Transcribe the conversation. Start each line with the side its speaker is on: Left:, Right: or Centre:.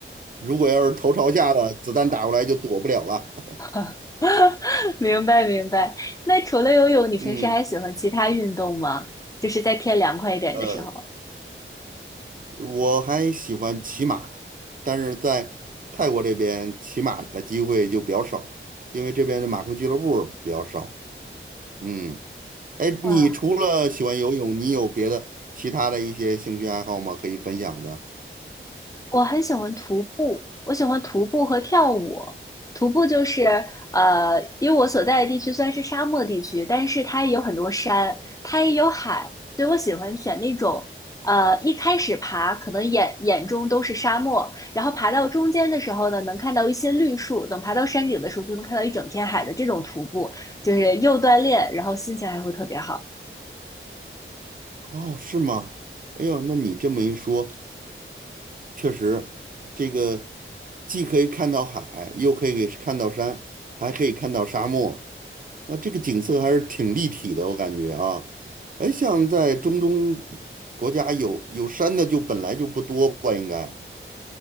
Right: 如果要是头朝下的，子弹打过来就躲不了了。
Left: <laughs>
Right: <laughs>
Left: 明白明白。那除了游泳，你平时还喜欢其他运动吗？
Right: 嗯，
Left: 就是在天凉快一点的时候。
Right: 呃，我还喜欢骑马，但是在泰国这边骑马的机会就比较少，因为这边的马术俱乐部比较少。嗯。哎，你除了喜欢游泳，
Left: 啊。
Right: 你有别的其他的一些兴趣爱好吗？可以分享的？
Left: 我很喜欢徒步，我喜欢徒步和跳舞。徒步就是呃，因为我所在的地区虽然是沙漠地区，但是它也有很多山，它也有海，所以我喜欢选那种呃，一开始爬可能眼眼中都是沙漠，然后爬到中间的时候呢，能看到一些绿树，等爬到山顶的时候就能看到一整片海的这种徒步，就是又锻炼，然后心情还会特别好。
Right: 哦，是吗？哎呦，那你这么一说，确实，这个既可以看到海，又可以看到山，还可以看到沙漠，那这个景色还是挺立体的，我感觉啊。哎，像在中东国家有有山的就本来就不多吧，应该，